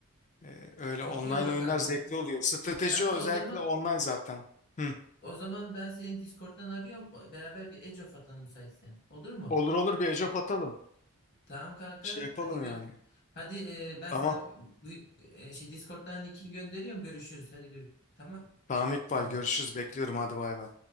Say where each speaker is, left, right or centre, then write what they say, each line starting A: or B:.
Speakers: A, on the left; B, on the left.
A: Ee, öyle
B: Çok
A: online
B: iyi olur
A: oyunlar
B: kanka.
A: zevkli oluyor. Strateji
B: Kanka
A: özellikle
B: o zaman
A: online zaten. Hı.
B: o zaman ben seni Discord'dan arıyorum. Beraber bir Age of atalım müsaitsen. Olur mu?
A: Olur olur bir ecop atalım.
B: Tamam kanka.
A: Şey yapalım
B: Hadi gö-
A: yani.
B: hadi e, ben
A: Tamam.
B: sana bu- e, şey Discord'dan linki gönderiyorum. Görüşürüz. Hadi gör. Tamam.
A: Tamam İkbal
B: Bay bay.
A: görüşürüz. Bekliyorum hadi bay bay.